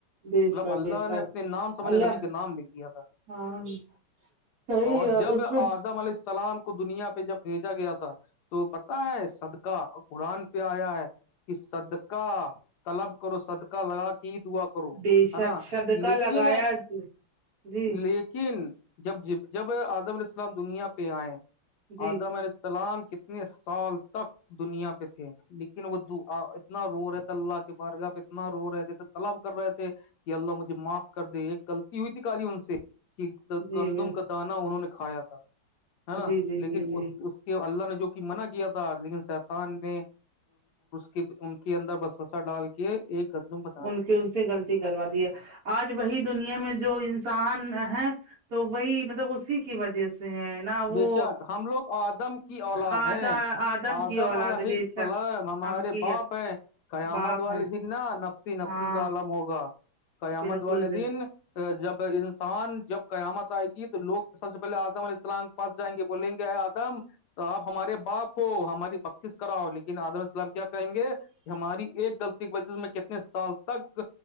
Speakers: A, on the right (about 55°); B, on the left (about 75°).
A: بے
B: مطلب
A: شک
B: اللہ
A: بے شک
B: نے اپنے نام سبان
A: اللہ
B: نبی کا نام لکھ دیا تھا
A: ہاں صحیح
B: اور
A: ہے
B: جب
A: اس میں
B: آدم علیہ السلام کو دنیا پہ جب بھیجا گیا تھا تو پ ہے صدقا قرآن پہ آیا ہے کہ صدکا طلب کرو صدکا لگا کہ دعا کرو
A: بے
B: ہے
A: شک
B: نا
A: صدقہ
B: لیکن
A: لگایا جی جی
B: لیکن جب ج جب آدم علیہ السلام دنیا پہ آئے
A: جی
B: آدم علیہ السلام کتنے سال تک دنیا پہ تھے لیکن وہ اتنا رو رہ تھ اللہ کے بارگاہ پہ اتنا رو رہے تھے تو طلب کر رہے تھے یہ اللہ مجھے معاف کر دے ایک غلی ہوئی تھی کی ان سے کہ
A: جی
B: گندم کا دانا انہوں نے کھایا تھا ہے نا
A: جی جی
B: لیکن
A: جی
B: اس اس اللہ نے جو کہ مناع کیا کیا تھا لیکن سیتان نے کے ان کے اندر بسوسا ڈال کے یہ قدم <unintelligible>
A: ان کے ان سے غلطی کروا دیا آج وہی دنیا میں جو انسان ہے تو وہی مطلب اسی کی وجہ سے ہے نہ وہ
B: بے شک ہم لوگ آدم کی اولاد
A: آدا
B: ہیں آدم
A: کی اولاد
B: الام
A: بے شک
B: ہمارے
A: ہم کی
B: باپ ہیں قیامت
A: باپ
B: والی
A: ہیں
B: دی ن نفسی نفسی
A: ہاں
B: کا عالم ہوگا قیامت
A: بالکل
B: والے
A: ب
B: دن جب انسان جب قیامت آئے گی تو لوگ سب سے پہلے آتم علیہ السلام پنس جائیں گے بولیں گے آدم تو آپ ہمارے باپ ہو ہماری پخیس کراؤ لیکن عادل السلام کیا کہیں گے <unintelligible> ہماری ایک غلطی کی بج ج میں کتنے سال تک